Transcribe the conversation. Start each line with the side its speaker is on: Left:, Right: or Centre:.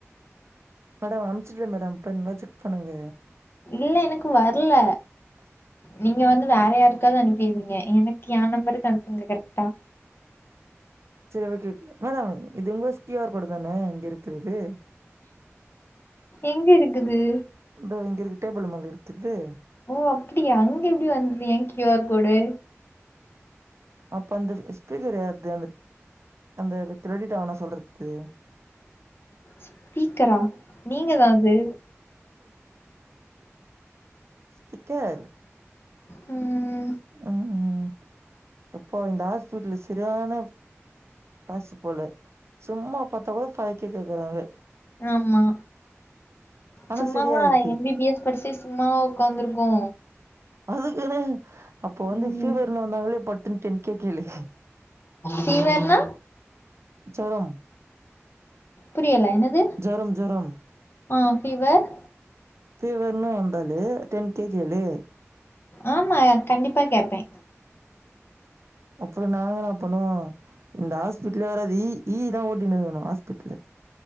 Right: மேடம் அமுச்சிடே மேடம் போய் நல்லா செக் பண்ணுங்க
Left: இல்ல எனக்கு வர்ல
Right: <unintelligible>
Left: நீங்க வந்து வேற யாருக்காவது அனுப்பிருவிங்க எனக்கு எ நம்பருக்கு அனுப்புங்க கரெக்டா
Right: சேரி சே மேடம் இது உங்க கியூ ஆர் கோடு தான இங்க இருக்கிறது
Left: எங்க இருக்குது
Right: இத இங்க இருக்கு டேபிள் மேல இருக்குது
Left: ஓ அப்டியா அங்க எப்டி வந்துது எ கியூ ஆர் கோடு
Right: அப்ப அந்த ஸ்பீக்கர் யாருது அந்த அந்த கிரெடிட் ஆனா சொல்றது
Left: ஸ்பீக்கரா நீங்கதா அது
Right: ஸ்பிக்கர்
Left: ம்
Right: ம் எப்பா இந்த ஹாஸ்பிட்டல்ல சரியான காசு போல சும்மா பாத்தா கூட ஃபைவ் கே கேக்குறாங்க
Left: ஆமா
Right: ஆனா
Left: சும்மாவா
Right: சரியாயிடுது
Left: எம் பி பி எஸ் படிச்சு சும்மாவா உக்காந்துருக்கோ
Right: அதுக்குனு அப்ப வந்து
Left: ம்
Right: ஃபீவர்ன்னு வந்தாங்ளே படுத்துன்னு டென் கே கேளுங்க
Left: ஃபீவர்னா
Right: ஜொரம்
Left: புரியல என்னது
Right: ஜொரம் ஜொரம்
Left: ஆ ஃபீவர்
Right: ஃபீவர்னு வந்தாலே டென் கே கேளு
Left: ஆமா கண்டிப்பா கேப்பே
Right: அப்புற நாங்க என்ன பண்ணுவோ இந்த ஹாஸ்பிடலயே வராது ஈ ஈ தா ஓட்டிணு இருக்கணு ஹாஸ்பிடலு